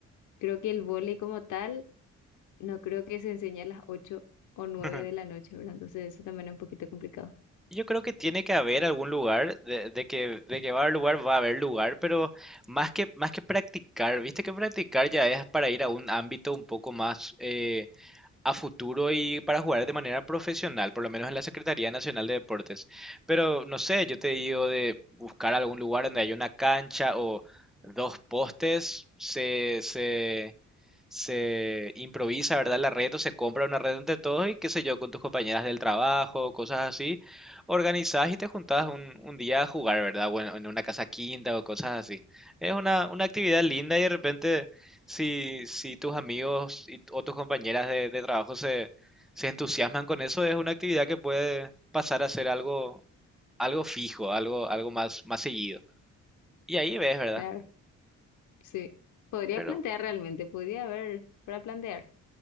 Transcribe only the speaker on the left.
creo que el vóley como tal, no creo que se enseñe a las ocho o nueve
de la noche, ¿verdad? Entonces, eso también es un poquito complicado.
Claro, sí. Podría
plantear realmente, podría haber para plantear.